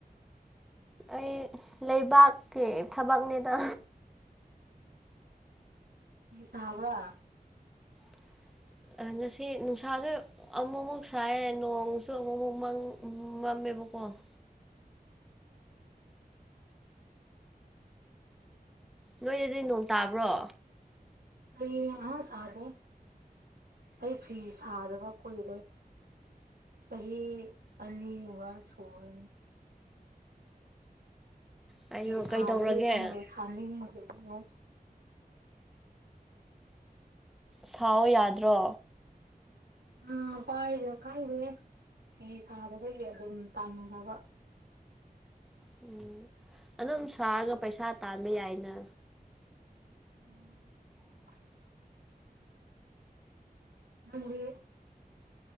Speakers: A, in the centre; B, on the right.
A: ꯑꯩ ꯂꯩꯕꯥꯛꯀꯤ ꯊꯕꯛꯅꯤꯗ
B: ꯍ ꯁꯥꯕ
A: <unintelligible> ꯉꯁꯤ ꯅꯨꯡꯁꯥꯁꯨ ꯑꯃꯨꯛꯃꯨꯛ ꯁꯥꯏꯌꯦ ꯅꯣꯡꯁꯨ ꯑꯃꯨꯛ ꯑꯃꯨꯛꯪ ꯃꯝꯃꯦꯕ <unintelligible> ꯅꯣꯏꯗꯗꯤ ꯅꯣꯡ ꯇꯥꯕ꯭ꯔꯣ
B: ꯑꯩ ꯑꯥ ꯁꯔ ꯑꯩ ꯐꯤ ꯁꯥꯗꯕ ꯀꯣꯏꯕꯣꯏ ꯆꯍꯤ ꯑꯅꯤꯒꯨꯝꯕ ꯁꯣꯅꯟ
A: ꯀꯩꯅꯣ
B: ꯁꯥꯗꯔ
A: ꯀꯩꯗꯧꯔꯒꯦ
B: ꯑꯣꯏ ꯃꯦ ꯁꯥꯡ ꯃ ꯌꯥ
A: ꯁꯥꯎ ꯌꯥꯗ꯭ꯔꯣ
B: ꯎ ꯄꯥꯏꯗ ꯈꯪꯗꯦ ꯑꯩ ꯁꯥꯗꯈꯒꯤ ꯑꯗꯨꯝ ꯇꯥꯟꯅꯅꯕ
A: ꯎꯝ ꯑꯗꯨꯝ ꯁꯥꯔꯒ ꯄꯩꯁꯥ ꯇꯥꯟꯕ ꯌꯥꯏꯅ
B: ꯎꯝ ꯅꯪꯗꯤ